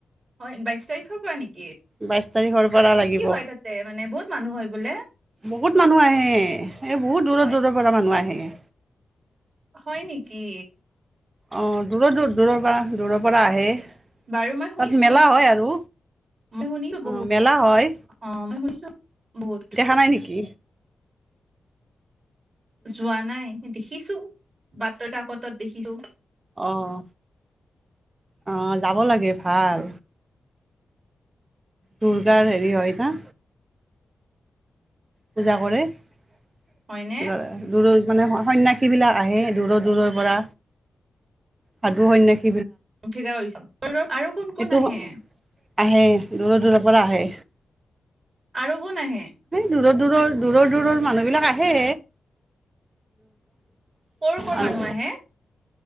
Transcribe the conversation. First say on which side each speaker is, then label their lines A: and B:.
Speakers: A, on the right (about 40°); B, on the right (about 25°).
A: হয় বাইশ তাৰিখৰ পৰা নেকি।
B: বাইশ তাৰিখৰ পৰা
A: কি
B: লাগিব
A: কি হয় তাতে মানে বহুত মানুহ হয় বোলে
B: বহুত মানুহ আহে এই বহুত দূৰৰ
A: হয়
B: দূৰৰ পৰা মানুহ আহে।
A: হয় নেকি।
B: অ দূৰৰ দূৰ দূৰৰ পৰা দূৰৰ পৰা আহে।
A: বাৰু মই শুনিছো
B: তাত মেলা হয় আৰু
A: ম শুনিছো
B: অঁ
A: বহুত
B: মেলা হয়
A: অ মই শুনিছো। বহুত
B: দেখা নাই নেকি।
A: যোৱা নাই দেখিছো। বাতৰ কাকতত দেখিছো।
B: আহ আহ যাব লাগে ভাল। দুৰ্গাৰ হেৰি হয় ন। পূজা কৰে। <unintelligible>
A: হয়নে
B: মানে সন্য়্যাসীবিলাক আহে দূৰৰ দূৰৰ পৰা সাধু সন্য়্যা।
A: ঠিকাছো আৰু কোন
B: সেইটো
A: কোন আহে।
B: আহে দূৰৰ দূৰৰ পৰা আহে।
A: আৰু কোন আহে।
B: দূৰ দূৰৰ দূৰৰ দূৰৰ মানুহ বিলাক আহে।
A: কৰ' কৰ'
B: আৰু
A: মানুহ আহে।